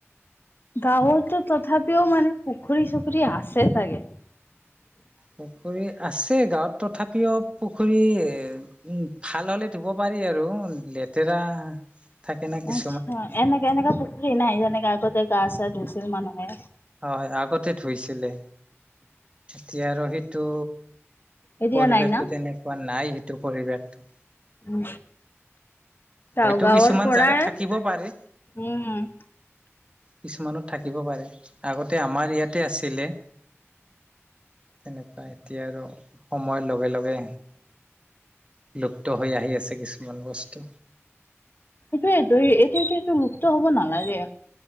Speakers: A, on the left; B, on the right.
A: গাঁওতো তথাপিও মানে পুখুৰী চুখুৰী আছে চাগে।
B: পুখুৰী আছে গাঁওত তথাপিও পুখুৰী উম, ভাল হ'লে ধুব পাৰি আৰু, লেতেৰা থাকে না কিছুমান।
A: আহ, এনেকা এনেকা পুখুৰী নাই যেনেকে আগতে গা চা ধুইছিল মানুহে।
B: অ', আগতে ধুইছিলে, এতিয়া আৰু সেইটো
A: এতিয়া
B: পৰিবেশটো
A: নাই না
B: তেনেকুৱা নাই, সেইটো পৰিবেশ।
A: উম। গাঁও
B: হয়তো
A: গাঁওৰ
B: কিছুমান
A: পৰা,
B: জাগাত থাকিব পাৰে
A: উম।
B: কিছুমানত থাকিব পাৰে, আগতে আমাৰ ইয়াতে আছিলে তেনেকুৱা এতিয়া আৰু, সময়ৰ লগে লগে লুপ্ত হৈ আহি আছে কিছুমান বস্তু।
A: সেইটোয়েটো এইটো এতিয়াটো মুক্ত হ'ব নালাগে।